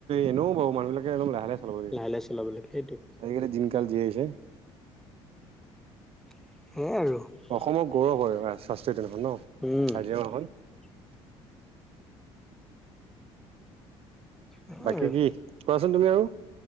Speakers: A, on the right; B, in the centre.
A: এনেওাব মানুহিলে একদম লাহে লাহে চলাব লাগে
B: লাহে চলাব লাগে সেইটোৱে
A: আজিকালি দিনকাল যি আহিছে
B: স
A: অসমৰ
B: আৰু
A: গৌৰৱ হয় শাস্ত্ৰীয় উদ্যানখন ন
B: উম
A: কাজিৰঙা খন
B: হয়
A: বাকী
B: আৰু
A: কি কোৱাচোন তুমি আৰু